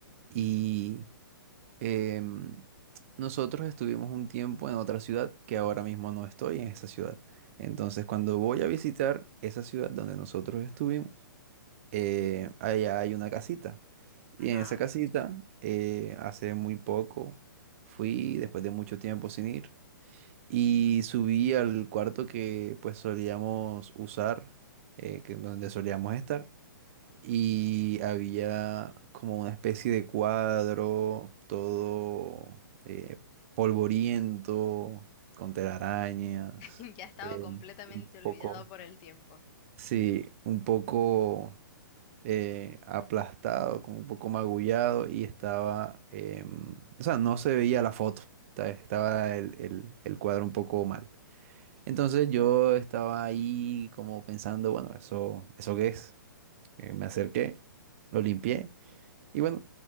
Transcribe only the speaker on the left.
Ajá.
<laughs> Ya estaba
completamente
olvidado
por el tiempo.